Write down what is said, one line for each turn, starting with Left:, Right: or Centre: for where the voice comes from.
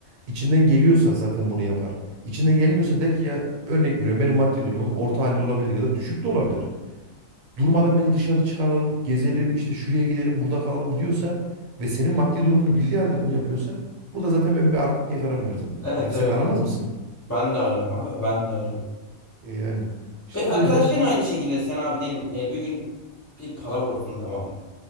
Right: İçinden geliyorsa zaten bunu yapar. İçinden gelmiyorsa der ki ya örnek veriyorum benim maddi durumum orta halli olabilir ya da düşük de olabilir. Durmadan beni dışarı çıkaralım, gezelim, işte şuraya gidelim, burada kalalım diyorsa ve senin maddi durumunu bildiği halde bunu yapıyorsa burada zaten ben bir art niyet ararım her zaman.
Left: Evet
Right: Yani sen
Left: evet.
Right: aramaz mısın?
Left: Ben de ararım abi. Ben de ararım.
Right: E yani işte
Left: Ve
Right: o
Left: arkadaşların
Right: yüzden
Left: aynı şekilde sen abi diyelim e, bir gün bir para vurdun tamam mı?